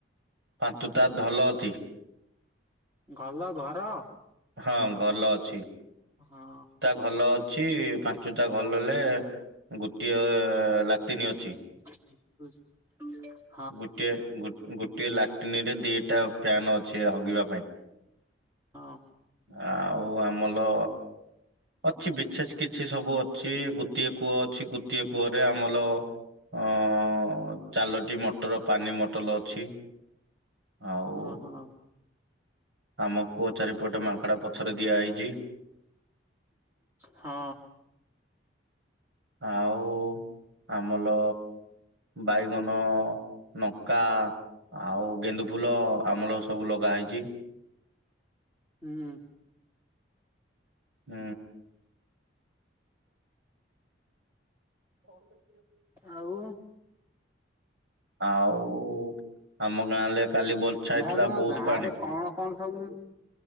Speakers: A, on the right; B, on the right.
A: ପାନ୍ତୁ ତ ଭଲ ଅଛି।
B: ଭଲ ଘର।
A: ହଁ ଘଲ ଅଛି।
B: ହଁ
A: ଭଲ ଅଛି ପାଞ୍ଚଟା ଭଲରେ ଗୋଟିଏ ଲାଟିନ ଅଛି।
B: <unintelligible>
A: ଗୋଟିଏ ଗୋଟିଏ ଲାଟନି ରେ ଦିଟା ପ୍ୟାନ ଅଛି ହଗିବା ପାଇଁ
B: ହଁ।
A: ଆଉ ଆମଲ ଅଛି ବିଛେସ କିଛି ସବୁ ଅଛି ଗୋଟିଏ କୂଅ ଅଛି ଗୋଟିଏ କୂଅରେ ଆମର ଅ ଚାଲୋଟି ମଟର ପାନି ମଟଲ ଅଛି। ଆଉ
B: ଓଁ ହୋ।
A: ଆମ କୁୁଅ ଚାରିପଟେ ମାଙ୍କଡା ପଥର ଦିଆହଇଛି।
B: ହଁ।
A: ଆଉ ଆମର ବାଇଗଣ। ନକା ଆଉ ଗେଣ୍ଡୁ ଫୁଲ ଆମଳ ସବୁ ଲଗା ହେଇଛି।
B: ହୁଁ।
A: ହୁଁ। ହ
B: ଆଉ
A: ଆଉ ଆମ ଗାଁଲେ କାଲି ବର୍ଷା ହେଇଥିଲା
B: ଭାଇ ଆପଣଙ୍କ
A: ବହୁତ
B: ଗାଁ
A: ପାଣି।
B: ରେ କଣ କଣ ସବୁ